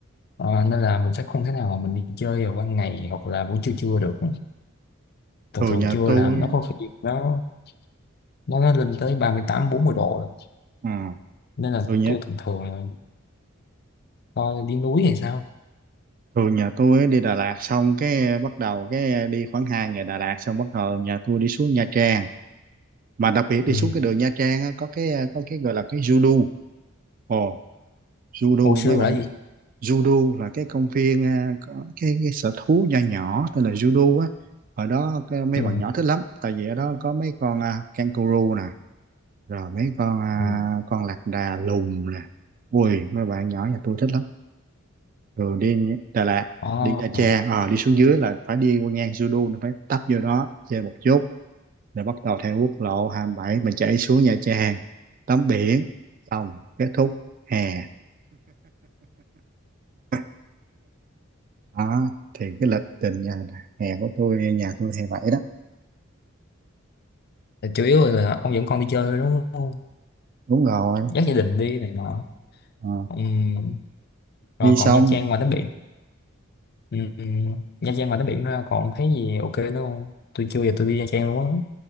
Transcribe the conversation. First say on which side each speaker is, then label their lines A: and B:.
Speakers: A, on the left (about 50°); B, on the right (about 40°).
A: Ờ, nên là mình sẽ không thể nào mà mình đi chơi vào ban ngày hoặc là buổi trưa trưa được thường
B: Thường
A: thường
B: nhà
A: trưa
B: tôi
A: là nó có khi nó nó nó lên tới ba mươi tám bốn mươi độ rồi.
B: ừ,
A: nên là
B: thường nhà
A: tôi thường thường là coi đi núi hay sao
B: thường nhà tôi á, đi Đà Lạt xong cái bắt đầu cái đi khoảng hai ngày Đà Lạt xong bắt đầu nhà tôi đi xuống Nha Trang. Mà đặc biệt đi
A: ừ.
B: xuống cái đường Nha Trang á, có cái có cái gọi là cái Judo. Ồ, Judo
A: Hồi xưa
B: mấy bạn
A: là gì
B: judo là cái công viên à, có cái, cái sở thú nho nhỏ tên là judo á ở đó cái, mấy
A: ừ.
B: bạn nhỏ thích lắm tại vì ở đó có mấy con à, kangaroo nè rồi mấy con à,
A: Ừ.
B: con lạc đà lùn nè ui mấy bạn nhỏ nhà tôi thích lắm rồi đi Đà Lạt
A: Ờ,
B: đi Nha
A: ờ.
B: Trang ờ đi xuống dưới là phải đi qua ngang judo nó phải tấp vô đó chơi một chút rồi bắt đầu theo quốc lộ 27 mà chạy xuống Nha Trang tắm biển xong kết thúc hè <laughs> Đó, thì cái lịch trình nhà hè của tôi nhà tôi hè bảy đó
A: chủ yếu là ông dẫn con đi chơi thôi đúng không
B: đúng rồi
A: dắt gia đình đi này nọ
B: Ờ,
A: Ừm,
B: đi
A: rồi
B: xong
A: còn Nha Trang ngoài tắm biển Ừm, Nha Trang ngoài tắm biển ra còn thấy gì ok nữa không tôi chưa giờ tôi đi Nha Trang luôn á